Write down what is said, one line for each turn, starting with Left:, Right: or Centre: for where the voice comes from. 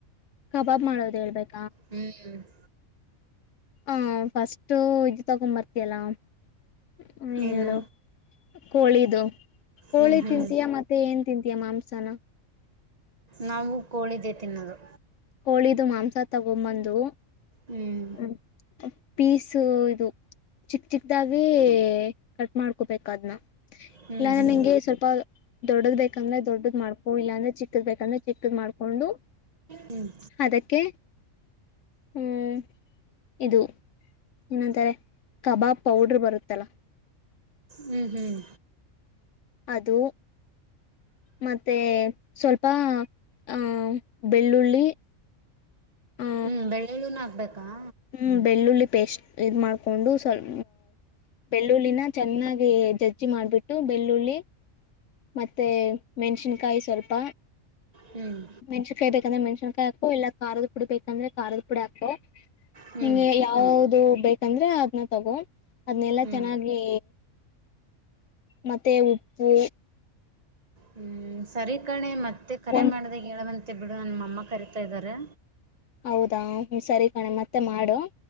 Left: ಕಬಾಬ್ ಮಾಡೋದ ಹೇಳ್ಬೇಕು
Right: ಹ್ಮ್ <inaudible>
Left: ಹ ಫಸ್ಟ್ ಇದು ತಗೊಂಬರ್ತ ಲ್ಲ <inaudible> ಮನು
Right: ಏನು
Left: ಹೇಳ <inaudible> ಕೋಳಿದು ಹೋಳಿ
Right: ಹ್ಮ್ ಹ್ಮ್
Left: ತಿಂತಿಯಾ ಮತ್ತೆ ಏನ್ ತಿಂತೀಯಾ ಮಾಂಸ ಚಲ <unintelligible>
Right: ನಾವು ಕೋಳಿದೆೆ ತಿನ್ನೋದು
Left: ಕೋಳಿದು ಮಾಂಸ ತಗೊಂಬಂದು
Right: ಹ್ಮ್
Left: ಹ್ಮ ಪೀಸ್ ಸೂದು ಚಿಕ್ ಚಿಕ್ದಾವ ಕಟ್ ಮಾಡ್ಕೊಬೇಕ ಅದ್ನ
Right: ಹ್ಮ್
Left: ಇಲ್ಲಾಂದ್ರೆ
Right: ಹ್ಮ್
Left: ನಿಂಗೆ ಸ್ವಲ್ಪ ದೊಡ್ಡದ ಬೇಕಂದ್ರೆ ದೊಡ್ಡದ್ ಮಾಡ್ಕೊ ಇಲ್ಲಾಂದ್ರೆ ಚಿಕ್ಕದ ಬೇಕಂದ್ರೆ ಚಿಕ್ಕದ್ ಮಾಡ್ಕೊಂಡು <inaudible>
Right: ಹ್ಮ್
Left: ಅದಕ್ಕೆ ಹ್ಮ್ ಇದು ಏನಂತಾರೆ ಕಬಾಬ್ ಪೌಡರ್ ಬರುತ್ತಲ್ಲ
Right: ಹ್ಮ್ ಹ್ಮ್
Left: ಅದು ಮತ್ತೆ ಸ್ವಲ್ಪ ಆಹ್ ಬೆಳ್ಳುಳ್ಳಿ ಆ
Right: ಹ್ಮ್ ಬೆಳ್ಳುಳ್ಳುನು ಹಾಕಬೇಕ್ ಹಾ
Left: ಹ್ಮ್ ಬೆಳ್ಳುಳ್ಳಿ ಪೇಸ್ಟ್ ಇದ ಮಾಡ್ಕೊಂಡು ಸ್ವಲ್ ಬೆಳ್ಳುಳ್ಳಿನ ಚೆನ್ನಾಗಿ ಜಜ್ಜಿ ಮಾಡಿಬಿಟ್ಟು ಬೆಳ್ಳುಳ್ಳಿ ಮತ್ತೆ ಮೆಣಸಿನಕಾಯಿ ಸ್ವಲ್ಪ
Right: ಹ್ಮ್
Left: ಮೆಣಸಿನಕಾಯಿ ಬೇಕಂದ್ರ ಮೆಣಸಿನಕಾಯಿ ಹಾಕು ಇಲ್ಲಾ ಖಾರದ ಪುಡಿ ಬೇಕ ಅಂದ್ರೆ ಖಾರದ ಪುಡಿ ಹಾಕೋ
Right: ಹ್ಮ್
Left: ನಿಂಗೆ ಯಾವುದ ಬೇಕು ತಂದ್ರೆ ಅದನ ತಗೋ ಅದನ ಎಲ್ಲಾ
Right: ಹ್ಮ್
Left: ಚೆನ್ನಾಗಿ ಮತ್ತೆ ಉಪ್ಪು
Right: ಹ್ಮ್ ಸರಿ ಕಣೆ ಮತ್ತೆ ಕರೆ
Left: ಒಂದ್
Right: ಮಾಡಿದಾಗ ಹೇಳುವಂತೆ ಮತ್ತೆ ಬಿಡು ನನ್ನ ಮಮ್ಮ ಕರಿತಾ ಇದಾರೆ
Left: ಹೌದಾ ಹೂ ಸರಿ ಕಣೆ ಮತ್ತೆ ಮಾಡು